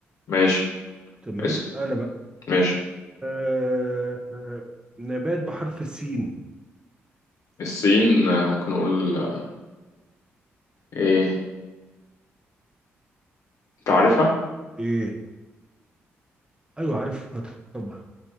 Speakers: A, on the left; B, on the right.
A: ماشي
B: تمام
A: اسأل
B: انا بقى
A: ماشي
B: آه آه، نبات بحرف السين
A: السين آه، ممكن نقول آه، ايه انت عارفها
B: ايه ايوه عارفها طبعا